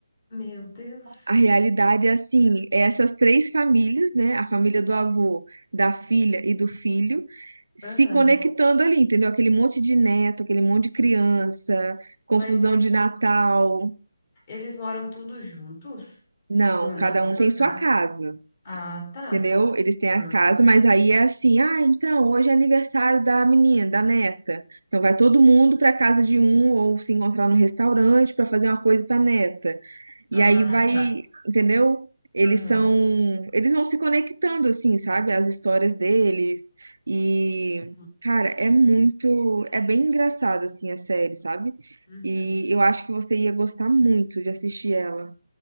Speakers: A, on the left; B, on the right.
A: Meu Deus,
B: a realidade é assim, é essas três famílias, né? A família do avô, da filha e do filho, se
A: aham.
B: conectando ali, entendeu? Aquele monte de neto, aquele monte de criança, confusão
A: Mas eles,
B: de Natal.
A: eles moram tudo juntos?
B: Não,
A: Do-
B: cada
A: na mesma
B: um tem sua
A: casa?
B: casa,
A: Ah, tá.
B: entendeu? Eles têm a
A: Aham.
B: casa, mas aí é assim, ah, então hoje é aniversário da menina, da neta. Então vai todo mundo para casa de um ou se encontrar no restaurante para fazer uma coisa para neta. E
A: Ah,
B: aí vai,
A: <laughs> tá.
B: entendeu? Eles
A: Aham.
B: são, eles vão se conectando assim, sabe? As histórias deles e
A: Sim.
B: cara, é muito, é bem engraçada assim a série, sabe?
A: Uhum.
B: E eu acho que você ia gostar muito de assistir ela.